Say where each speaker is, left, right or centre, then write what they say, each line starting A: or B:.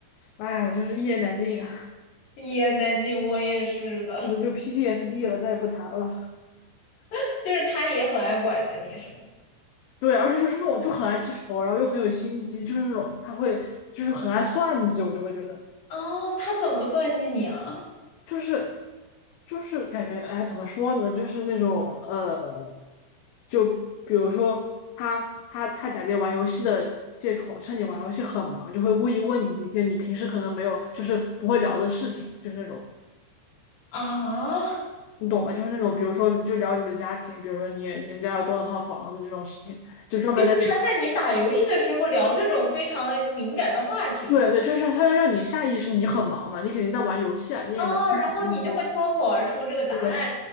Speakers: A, on the left; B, on the left.
A: 哎，就是一言难尽啊，
B: 一言难尽，我也是的，
A: <laughs> 这个就 PTSD 了，再也不谈了。
B: <laughs> 就是他也很爱管着你，是吗？
A: 对，而且就是那种就很爱记仇，然后又很有心机，就是那种他会就是很爱算计，我就会觉得。
B: 哦，他怎么算计你啊？
A: 就是就是感觉，哎，怎么说呢？就是那种呃，就比如说他他他假借玩游戏的借口，趁你玩游戏很忙，就会故意问你一些你平时可能没有，就是不会聊的事情，就是那种
B: 啊，
A: 你懂吗？就是那种比如说就聊你的家庭，比如说你你们家有多少套房子这种事情，就专门在
B: 就是他在你打游戏的时候聊这种非常敏感的话题，
A: 对对，就是他要让你下意识你很忙嘛，你肯定在玩游戏啊，你也没空想那么多。
B: 哦，然后你就会脱口而出这个答案。
A: 对。